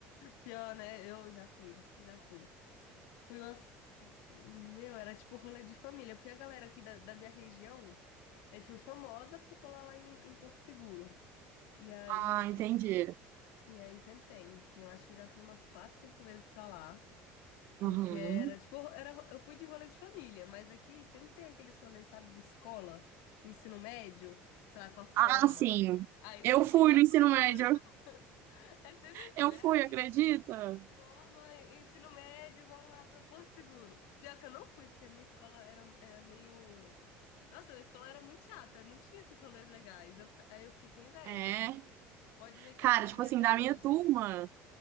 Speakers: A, on the left; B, on the right.
A: Pior, né? Eu já fui, já fui. Fui umas... Meu, era tipo rolê de família, porque a galera aqui da, da minha região é, tipo, famosa por colar lá em, em Porto Seguro. E aí
B: Ah, entendi.
A: E aí sempre tem, assim, eu acho que eu já fui umas quatro, cinco vezes pra lá, porque
B: Uhum.
A: era tipo, era, eu fui de rolê de família, mas aqui sempre tem aqueles rolês, sabe, de escola, ensino médio, sei lá, com a forma.
B: Ah, sim.
A: Aí
B: Eu
A: vamos
B: fui
A: pra Porto
B: no ensino
A: Seguro.
B: médio.
A: <laughs> É sempre assim,
B: Eu
A: né?
B: fui,
A: Aí,
B: acredita?
A: forma, ensino médio, vamos lá pra Porto Seguro. Pior que eu não fui, porque a minha escola era, era meio. Nossa, a minha escola era muito chata, não tinha esses rolês legais. Eu fica- aí eu fiquei com inveja.
B: É.
A: Pode ver que
B: Cara,
A: eu guardei
B: tipo assim,
A: até
B: da
A: hoje.
B: minha turma,